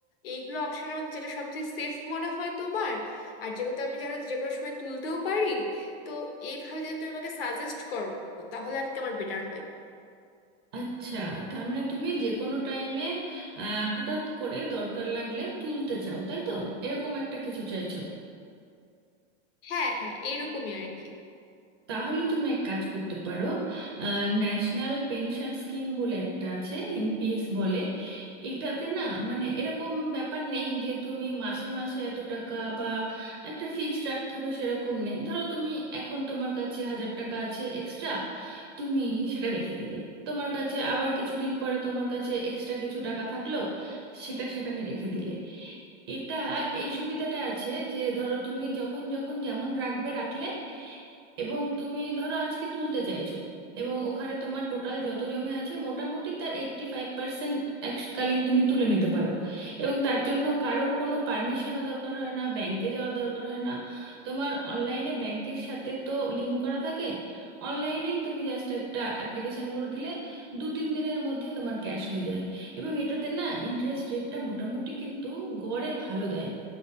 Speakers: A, on the left; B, on the right.
A: এইগুলো অপশনের মধ্যে যেটা সবচেয়ে সেফ মনে হয় তোমার আর যেহেতু আমি যেন যে কোনো সময় তুলতেও পারি তো এইভাবে যদি তুমি আমাকে সাজেস্ট করো তাহলে আর কি আমার বেটার হয়
B: আচ্ছা তার মানে তুমি যে কোনো টাইমে হঠাৎ করে দরকার লাগলে তুলতে চাও তাই তো এরকম একটা কিছু চাইছো
A: হ্যাঁ হ্যাঁ এরকমই আর কি
B: তাহলে তুমি এক কাজ করতে পারো ন্যাশনাল পেনশন স্কিম বলে একটা আছে এনপিএস বলে এটাতে না মানে এরকম ব্যাপার নেই যে তুমি মাসে মাসে এত টাকা বা একটা ফিক্সড রাখতে হবে সেরকম নেই ধরো তুমি এখন তোমার কাছে হাজার টাকা আছে এক্সট্রা তুমি সেটা রেখে দিলে তোমার কাছে আবার কিছুদিন পরে তোমার কাছে এক্সট্রা কিছু টাকা থাকলো সেটা সেখানে রেখে দিলে এটা এই সুবিধাটা আছে যে ধরো তুমি যখন যখন যেমন রাখবে রাখলে এবং তুমি ধরো আজকে তুলতে চাইছো এবং ওখানে তোমার টোটাল যত জমে আছে মোটামুটি তার এইট্টি ফাইভ পার্সেন্ট এককালীন তুমি তুলে নিতে পারো এবং তার জন্য কারোর কোনো পারমিশনও দরকার হয় না ব্যাংকে যাওয়ার দরকার হয় না তোমার অনলাইনে ব্যাংকের সাথে তো লিঙ্ক করা থাকে অনলাইনেই তুমি জাস্ট একটা অ্যাপ্লিকেশন করে দিলে দু তিন দিনের মধ্যে তোমার ক্যাশ হয়ে যায় এবং এটাতে না ইন্টারেস্ট রেটটা মোটামুটি কিন্তু গড়ে ভালো দেয়